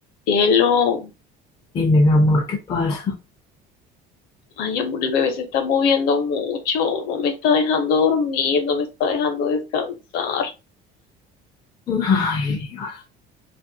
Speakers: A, on the left (about 55°); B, on the left (about 20°).
A: Cielo,
B: Dime, mi amor, ¿qué pasa?
A: ay amor, el bebé se está moviendo mucho, no me está dejando dormir, no me está dejando descansar.
B: Ay, Dios.